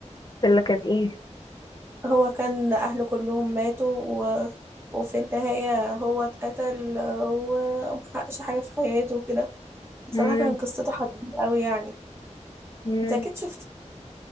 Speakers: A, on the left; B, on the right.
A: ولا كان ايه
B: هو كان أهله كلهم ماتوا و... وفي النهاية هو اتقتل آه، ومحققش حاجة في حياته وكده بصراحة
A: مم.
B: كان قصته حزينة أوي يعني
A: مم.
B: انت أكيد شفتي